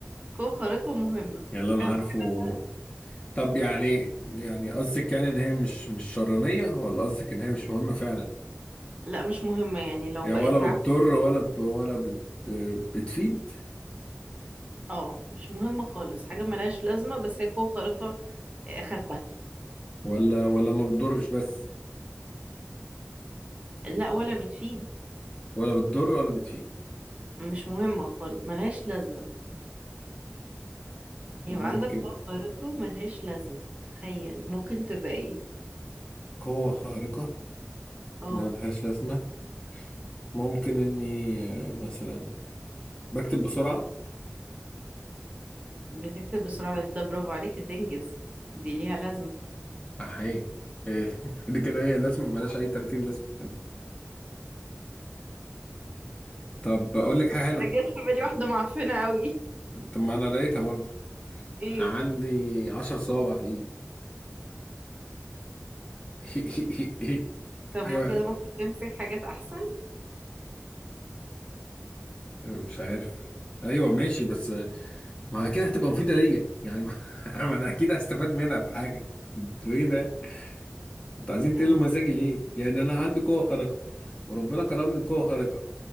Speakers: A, on the right; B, on the left.
A: قوة خارقة مهمة
B: يعني اللي انا
A: أنا
B: عارفه
A: بقول لك
B: طب يعني يعني قصدك يعني ان هي مش مش شرانية ولا قصدك ان هي مش مهمة فعلا
A: لا مش مهمة يعني لو
B: يعني
A: بقت
B: ولا بتضر
A: ع-
B: ولا ب... ولا بت... بتفيد
A: اه مش مهمة خالص حاجة ملهاش لازمة بس هي قوة خارقة آه، خدتها
B: ولا ولا ما بتضرش بس
A: لا ولا بتفيد
B: ولا بتضر ولا بتفيد
A: مش مهمة خالص ملهاش لازمة يبقى
B: ممكن
A: عندك قوة خارقة ملهاش لازمة تخيل ممكن تبقى ايه
B: قوة خارقة
A: اه
B: ملهاش لازمة ممكن إني آه، مثلا بكتب بسرعة
A: بتكتب بسرعة ده كده برافو عليك هتنجز دي ليها لازمة
B: أحيي إيه <laughs> دي كده هي لازمة ملهاش
A: آه،
B: أي 30 لازمة <laughs> طب أقول لك حاجة حلوة
A: انا جت في بالي واحدة معفنة قوي
B: طب ما أنا لقيتها برضه
A: ايه
B: عندي 10 صوابع في إيد <laughs>
A: طب
B: حاجة
A: ما
B: بقى
A: كده ممكن تمسك حاجات احسن
B: مش عارف أيوه ماشي بس ما أكيد هتبقى مفيدة ليا يعني <laughs> ما أنا أكيد هستفاد منها بحاجة أنتوا إيه ده انتوا عايزين تقلوا
A: آه،
B: مزاجي ليه؟ يعني انا عندي قوة خارقة وربنا كرمني بقوة خارقة